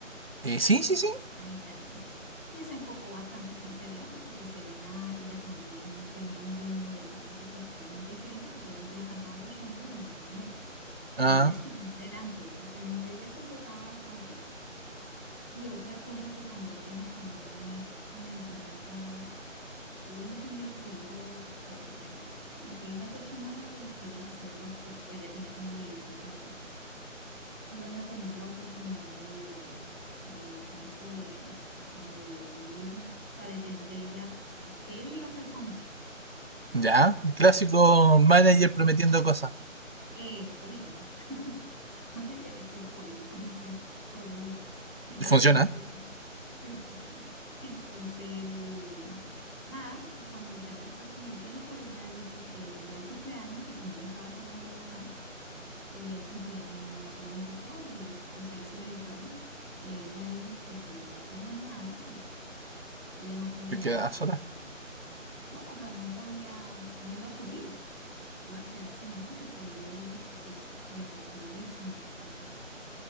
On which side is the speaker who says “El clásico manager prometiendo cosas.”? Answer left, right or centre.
Right